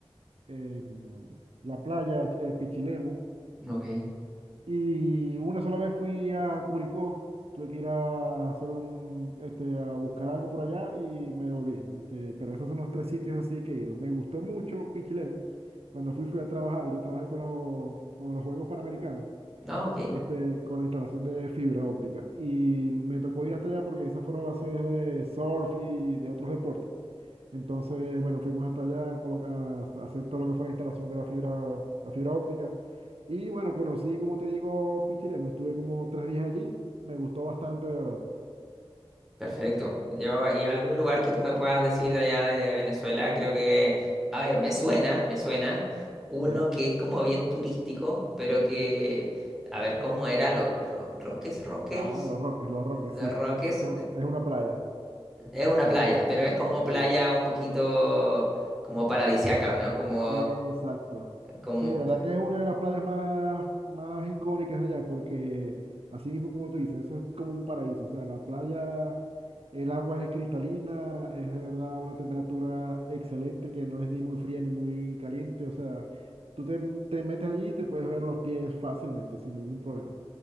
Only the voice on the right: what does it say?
eh, mm, la playa eh, Pichilemu.
Y una sola vez fui a Curicó. Tuve que ir a hacer un, este, a buscar algo por allá y me devolví. Este, pero esos son los tres sitios así que he ido. Me gustó mucho Pichilemu. Cuando fui, fui a trabajar. Yo trabajé con los, con los Juegos Panamericanos
este, con la instalación de fibra óptica. Y me tocó ir hasta allá porque esas fueron las sedes de surf y de otros deportes. Entonces, bueno, fuimos hasta allá a, colo- a- a hacer todo lo que fue la instalación de la fibra, la fibra óptica. Y bueno, conocí, como te digo, Pichilemu. Estuve como tres días allí. Me gustó bastante, de verdad.
Ah,
¿Ya?
Ah, Los Roques, Los Roques,
sí.
Eso es una playa.
Sí.
Exacto.
Sí, de verdad que es una de las playas más, más icónicas de allá, porque así mismo como tú dices, eso es como un paraíso. O sea, la playa, el agua es cristalina, es de verdad una temperatura excelente que no es ni muy fría ni muy caliente. O sea, tú te, te metes allí y te puedes ver los pies fácilmente, sin ningún problema.